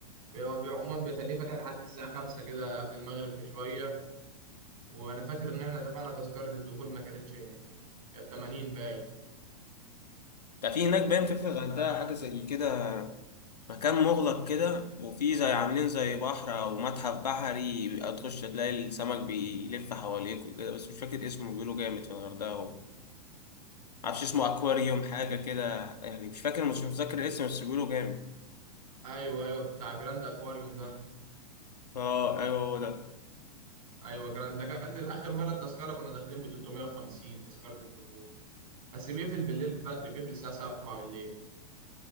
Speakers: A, on the right (about 60°); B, on the left (about 85°).
A: بيبقى بيبقى عموما بيتهيألي فاتح لحد الساعة خمسة كده قبل المغرب بشوية وأنا فاكر إن إحنا دفعنا تذكرة الدخول ما كانتش كانت 80 باين
B: ده في هناك باين في في الغردقة حاجة زي كده مكان مغلق كده وفي زي عاملين زي بحر أو متحف بحري بيبقى تخش تلاقي السمك بيلف حواليك وكده بس مش فاكر اسمه بيقولوا جامد في الغردقة معرفش اسمه اكواريوم
A: مم.
B: حاجه كده يعني مش فاكر مش متذكر الاسم بس بيقولوا جامد
A: أيوه أيوه بتاع جراند أكواريوم ده
B: اه ايوه هو ده
A: أيوه جراند ده كان آخر مرة التذكرة كنا داخلين ب 350 تذكرة الدخول بس بيقفل بالليل بدري بيقفل الساعة 7 بالليل